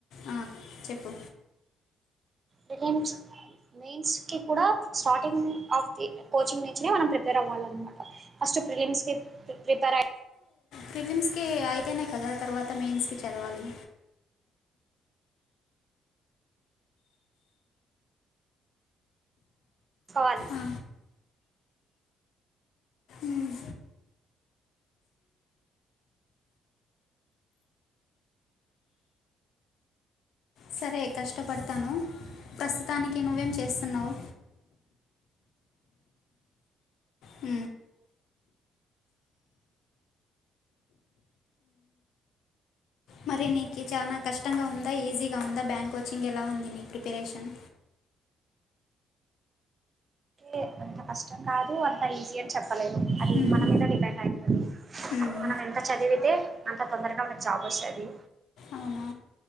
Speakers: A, on the left (about 75°); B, on the right (about 35°).
A: ఆ, చెప్పు
B: ప్రిలిమ్స్ మెయిన్స్ కి కూడా స్టార్టింగ్ ఆఫ్ ది కోచింగ్ నుంచినే మనం ప్రిపేర్ అవ్వాలన్నమాట ఫస్ట్ ప్రిలిమ్స్ కి ప్రిపేర్ అయ్య
A: ఫిలిమ్స్కి అయితేనే కదా తర్వాత మెయిన్స్కి చదవాలి
B: సన్
A: ఆ, ఉమ్. సరే కష్టపడతాను ప్రస్తుతానికి నువ్వేం చేస్తున్నావు అ మరినీకి అచాక కష్టంగా ఉందా ఈజీగా ఉందా బ్యాంక్చ్చ కోచింగ్ ఎలా ఉంది నీ ప్రిపరేషన్
B: ే అంత కష్టం కాదు అంత ఈజీ అని చెప్పలేదు అది
A: ఉమ్,
B: మన మీద డిపెండ్ అయితుంది
A: ఉమ్,
B: మనం ఎంత చదివితే అంత తొందరగా ఉన్న జాబ్ వస్తుంది
A: అవునా